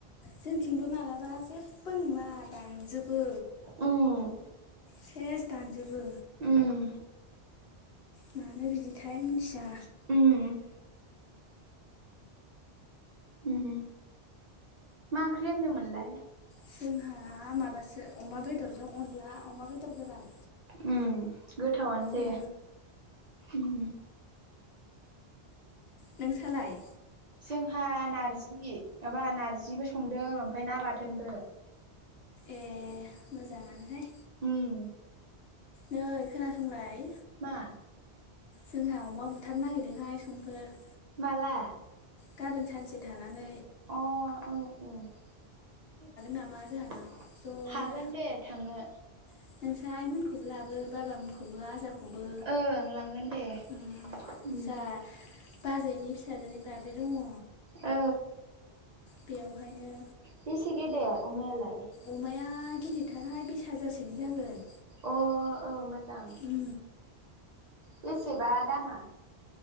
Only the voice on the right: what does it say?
उम
उम
उम उम मा ओंख्रि होन्दोंमोनलाय?
उम गोथावानो दे
उम।
जोंहा नार्जि एबा नार्जिबो संदों ओमफाय ना बाथोनबो।
उम
मा?
माला
अ औ औ। फैनो हागोन
नामा
<unintelligible> हागोन दे थांनो।
ओं लांगोन दे।
उम
ओ
बेसे गेदेर अमायालाय?
अ ओ मोजां।
बेसेबा दामा?